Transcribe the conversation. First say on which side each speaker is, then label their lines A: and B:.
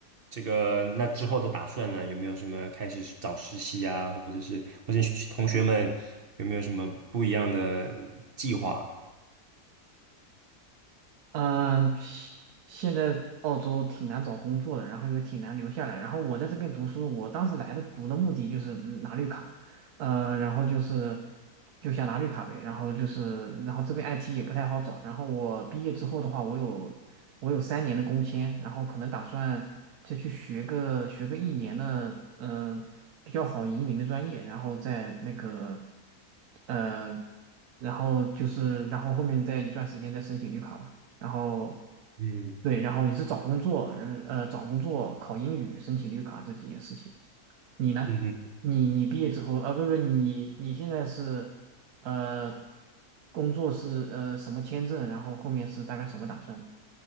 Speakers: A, on the right; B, on the right.
A: 这个那之后的打算呢？有没有什么开始找实习啊，或者是或者是同学们有没有什么不一样的计划？
B: 嗯，现现在澳洲挺难找工作的，然后又挺难留下来。然后我在这边读书，我当时来的读的目的就是嗯拿绿卡，呃，然后就是就想拿绿卡呗，然后就是，然后这边 IT 也不太好找。然后我毕业之后的话，我有我有三年的工签，然后可能打算再去学个学个一年的，嗯、呃比较好移民的专业，然后再那个，呃，然后就是然后后面再一段时间再申请绿卡嘛。然后
A: 嗯
B: 对，然后也是找工作，嗯呃，找工作、考英语、申请绿卡这几件事情。你呢？
A: 嗯
B: 你你毕业之后啊，不是不是，你你现在是呃，工作是呃什么签证？然后后面是大概什么打算呢？